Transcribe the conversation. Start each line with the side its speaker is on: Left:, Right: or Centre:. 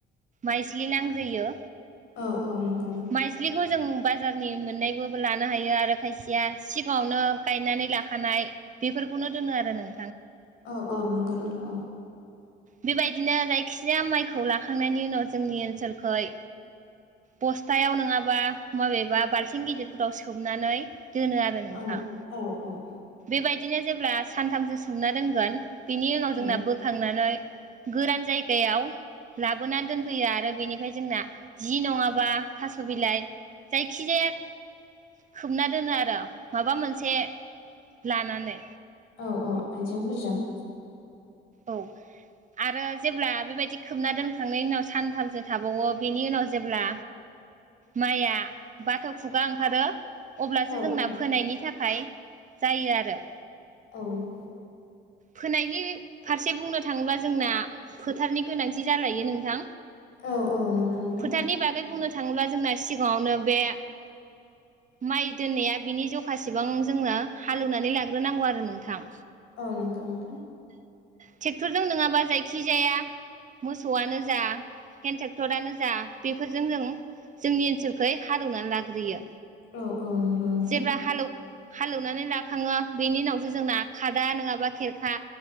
Right: माइज्लि नांग्रोयो।
Left: औ औ नंगौ नोंथा
Right: माइज्लिखौ जों बाजारनि मोन मोननायबोबो लानो हायो आरो खायसेया सिगाङावनो गायनानै लाखानाय बेफोरखौनो दोनो आरो नों
Left: औ औ नंगौ नोंथां औ
Right: बेबायदिनो जायखिजाया माइखौ लाखांनायनि उनाव जोंनि ओनसोलखै बस्थायाव नङाबा माबेबा बाल थिं गिदिरफोराव सोमनानै दोनो आरो नोंथां
Left: औ औ औ औ
Right: बेबायदिनो जेब्ला सानथामसो सोमना दोनगोन बिनि उनाव
Left: औ
Right: जोंना बोखांनानै गोरान जायगायाव लाबोनानै दोनफैयो आरो बेनिफ्राय जोंना जि नङाबा थास' बिलाइ जायखिजाया खोबना दोनो आरो माबा मोनसे लानानै।
Left: औ औ आइजेंफोरजों
Right: औ आरो जेब्ला बेबायदि खोबना दोनखांनायनि उनाव सानथामसो थाबावो बेनि उनाव जेब्ला माइया बाथ' खुगा ओंखारो अब्लासो
Left: औ
Right: जोंना
Left: औ
Right: फोनायनि थाखाय फ्राय जायो आरो।
Left: औ नंगौ
Right: फोनायनि फारसे बुंनो थाङोब्ला जोंना फोथारनि गोनांथि जालायो नोंथां।
Left: औ औ नंगौ नोंथां
Right: फोथारनि बागै बुंनो था थाङोब्ला जोंना सिगाङावनो बे माइ दोननाया बिनि जखासेबां जोंनो हालेवनानै लाग्रोनांगौ आरो नोंथां।
Left: औ नंगौ नोंथां।
Right: ट्रेक्टरजों नङाबा जायखि जाया मोसौआनो जा हेन्द ट्रेक्टरानो जा बेफोरजों जों जोंनि ओनसोलखै हालेवनानै लाग्रोयो।
Left: औ औ नंगौ नोंथां
Right: जेब्ला हालौ हालेवनानै लाखाङो बेनि उनावसो जोंना खादा नङाबा खेरखा